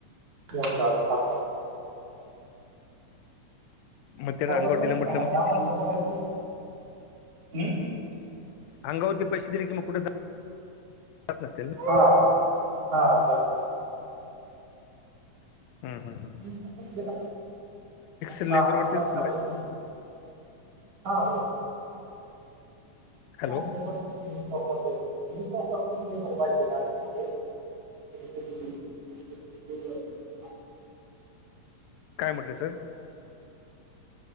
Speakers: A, on the right (about 50°); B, on the left (about 80°).
A: येऊन जाता. आपण
B: मग त्यानं
A: परत
B: अंगावर
A: नाही
B: दिलं म्हटलं
A: <unintelligible>
B: म्हणजे
A: हम्म,
B: अंगावरती पैसे दिले कि मग कुठ जात, जातं नसतील न,
A: हा हा, जात
B: हं हं हं,
A: <unintelligible> सात
B: लेबरवरतीच
A: वाजता बस
B: माझे
A: आहे. हा, हो.
B: हॅलो
A: हां, हे बरोबर. विश्वासातलेस विश्वासातले <unintelligible> कधी कधी बोल
B: काय म्हटले सर?